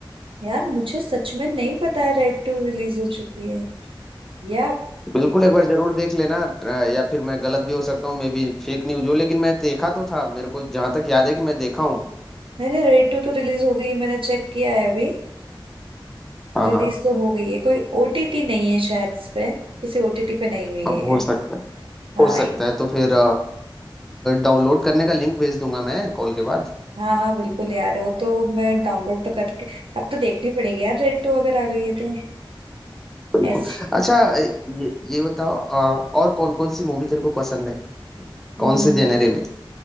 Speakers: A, on the right; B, in the centre.
A: यार मुझे सच में नहीं पता है रेड टू रिलीज हो चुकी है या
B: बिल्कुल एक बार जरूर देख लेना अ, या फिर मैं गलत भी हो सकता हूँ मे बी फेक न्यूज हो लेकिन मैं देखा तो था मेरे को जहां तक याद है कि मैं देखा हूँ
A: मैंने रेड टू तो रिलीज हो गई है मैंने चेक किया है अभी
B: हाँ
A: रिलीज
B: हाँ
A: तो हो गई है कोई ओटीटी नहीं है शायद इस पे किसी ओटीटी पे नहीं हुई है
B: अब हो
A: ये
B: सकता है
A: हाँ
B: हो सकता
A: ये-
B: है तो फिर डाउनलोड करने का लिंक भेज दूंगा मैं कॉल के बाद
A: हाँ हाँ बिल्कुल यार वो तो मैं डाउनलोड तो करके अब तो देखनी पड़ेगी यार रेड टू अगर आ गई है तो
B: बिल्कुल
A: ऐसी
B: अच्छा ये ये बताओ आ, और कौन कौन सी मूवी तेरे को पसंद है
A: हम्म
B: कौन से जेनरे में